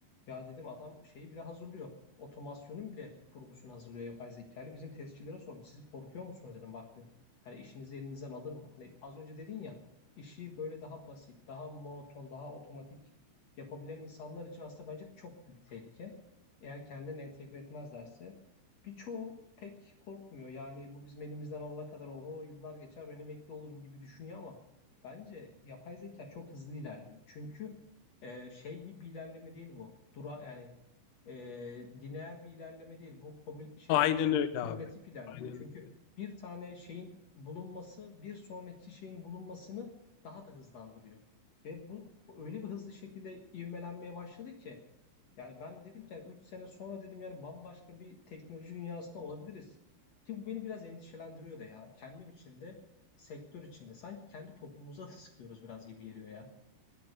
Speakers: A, on the left; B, on the left.
A: Ya dedim adam şeyi bile hazırlıyor. Otomasyonun bile kurgusunu hazırlıyor yapay zeka ile. Bizim testçilere sordum. Siz korkuyor musunuz dedim. Bak dedim. Hani işinizi elinizden alır mı? Hani az önce dedin ya işi böyle daha basit, daha monoton, daha otomatik yapabilen insanlar için aslında bence çok büyük tehlike. Eğer kendilerini entegre etmezlerse. Birçoğu pek korkmuyor. Yani bu bizim elimizden alana kadar oho yıllar geçer ben emekli olurum gibi düşünüyor ama Bence yapay zeka çok hızlı ilerliyor. Çünkü e, şey gibi bir ilerleme değil bu. Dura yani e, lineer bir ilerleme değil. Bu komül- şey
B: Aynen
A: e,
B: öyle
A: kümülatif
B: abi.
A: ilerliyor.
B: Aynen
A: Çünkü
B: öyle.
A: bir tane şeyin bulunması bir sonraki şeyin bulunmasını daha da hızlandırıyor. Ve bu öyle bir hızlı şekilde ivmelenmeye başladı ki yani ben dedim ki yani 3 sene sonra dedim yani bambaşka bir teknoloji dünyasında olabiliriz. Ki bu beni biraz endişelendiriyor da ya. Kendim için de sektör içinde sanki kendi topumuza da sıkıyoruz biraz gibi geliyor ya.